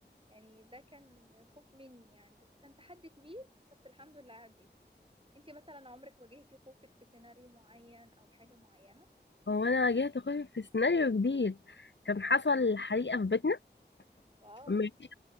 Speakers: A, on the right (about 30°); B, on the left (about 80°).
A: يعني ده كان خوف مني يعني بس كان تحدي كبير بس الحمد لله عديته انتي مثلا عمرك واجهتي خوفك في سيناريو معين او حاجة معينة
B: هو انا واجهت خوفي في سيناريو جديد كان حصل حريقة في بيتنا
A: واو
B: ماشي